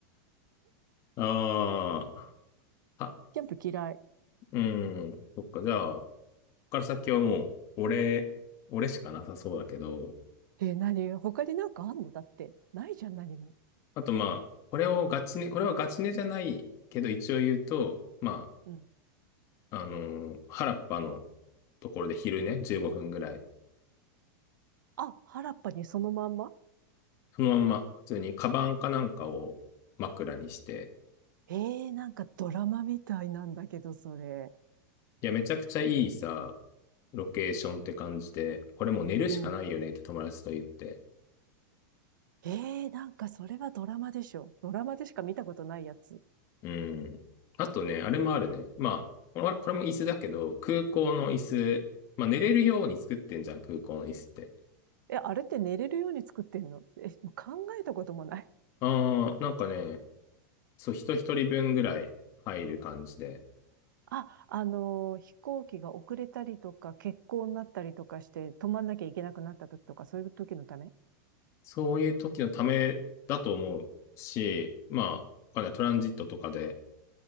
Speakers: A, on the left; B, on the right.
A: ああ、は、
B: キャンプ嫌い。
A: うん、そっか、じゃあ、ここから先はもう、俺、俺しかなさそうだけど、
B: えー、何他になんかあんのだって、ないじゃん、何も。
A: あとまあ、これをガチね、これはガチねじゃないけど、一応言うと、ま
B: うん。
A: あ、あのー原っぱのところで昼ね、15分ぐらい、
B: あ、原っぱにそのまんま
A: そのまんま、普通にカバンかなんかを枕にして、
B: えー、なんかドラマみたいなんだけど、それ。
A: いや、めちゃくちゃいいさ、ロケーションって感じで、これもう寝るしかないよねって友達と言って。
B: うん。えー、なんかそれはドラマでしょ。ドラマでしか見たことないやつ。
A: うん。あとね、あれもあるね。まあ、これこれも椅子だけど、空港の椅子、まあ寝れるように作ってんじゃん、空港の椅子って。
B: え、あれって寝れるように作ってんのえ、考えたこともない。
A: ああ、なんかね、そう、人一人分ぐらい入る感じで、
B: あ、あのー飛行機が遅れたりとか、欠航になったりとかして、止まんなきゃいけなくなった時とか、そういう時のため
A: そういう時のためだと思うし、まあ、わかんないトランジットとかで